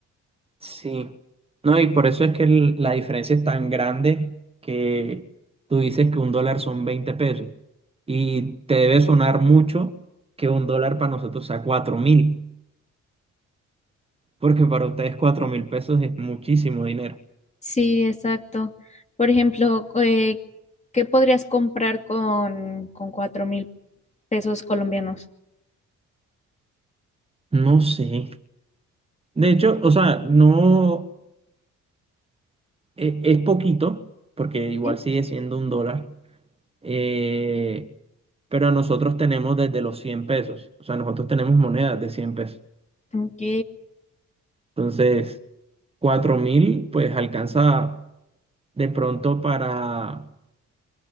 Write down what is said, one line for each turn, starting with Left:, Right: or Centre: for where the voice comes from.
Right: Sí, no, y por eso es que el- la diferencia es tan grande que tú dices que un dólar son 20 pesos y te debe sonar mucho que un dólar para nosotros sea cuatro mil, porque para ustedes cuatro mil pesos es muchísimo dinero.
Left: Sí, exacto. Por ejemplo, co- eh, ¿qué podrías comprar con, con cuatro mil pesos colombianos?
Right: No sé. De hecho, o sea, no. eh, es poquito, porque igual
Left: Sí.
Right: sigue siendo un dólar, eh, pero nosotros tenemos desde los 100 pesos, o sea, nosotros tenemos monedas de 100 pesos.
Left: Ok.
Right: Entonces, cuatro mil, pues alcanza de pronto para,